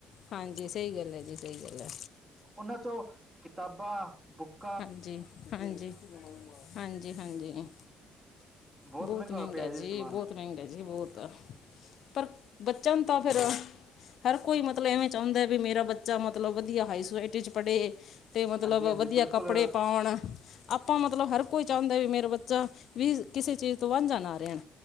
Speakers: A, on the left; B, on the right.
A: ਹਾਂਜੀ, ਸਈ ਗੱਲ ਐ ਜੀ-ਸਈ ਗੱਲ ਐ।
B: ਉਨਾਂ ਚੋਂ ਕਿਤਾਬਾਂ, ਬੁੱਕ
A: ਹਾਂਜੀ-ਹਾਂਜੀ-ਹਾਂਜੀ-ਹਾਂਜੀ।
B: ਬਹੁਤ
A: ਬੋਤ
B: ਮਹਿੰਗਾ
A: ਮੈਂਗਾ
B: ਹੋਇਆ ਪਿਆ
A: ਜੀ-ਬੋਤ
B: ਜੀ ਸਮਾਨ
A: ਮੈਂਗਾ ਜੀ ਬੋਹਤ ਪਰ ਬਚਨ ਤਾਂ ਫਿਰ ਹਰ ਕੋਈ ਮਤਲਬ ਐਵੇਂ ਚਾਉਂਦਾ ਵੀ ਮੇਰਾ ਬੱਚਾ ਮਤਲਬ ਵਧੀਆ ਹਾਈ ਸੁਸਾਇਟੀ -ਚ ਪੜ੍ਹੇ। ਤੇ ਮਤਲਬ
B: ਹਾਂਜੀ ਹਾਂਜੀ
A: ਵਧੀਆ
B: ਬਿਲਕੁਲ
A: ਕੱਪੜੇ ਪਾਣ। ਆਪਾਂ ਮਤਲਬ ਹਰ ਕੋਈ ਚਾਉਂਦਾ ਏ, ਮੇਰਾ ਬੱਚਾ ਵੀ ਕਿਸੇ ਚੀਜ਼ ਤੋਂ ਵਾਂਝਾ ਨਾ ਰਹਿਣ।